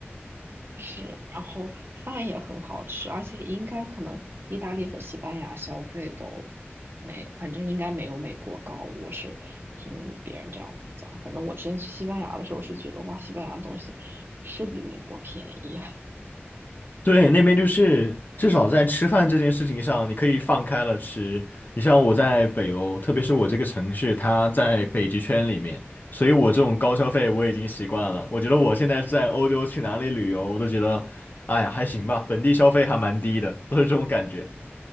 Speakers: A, on the right; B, on the left.
A: 是，然后饭也很好吃，而且应该可能意大利和西班牙消费都没，反正应该没有美国高。我是听别人这样子讲，反正我之前去西班牙的时候是觉得哇，西班牙的东西是比美国便宜。<laughs>
B: 对，那边就是至少在吃饭这件事情上，你可以放开了吃。你像我在北欧，特别是我这个城市，它在北极圈里面，所以我这种高消费我已经习惯了。我觉得我现在在欧洲去哪里旅游，我都觉得，哎呀，还行吧，本地消费还蛮低的，都是这种感觉。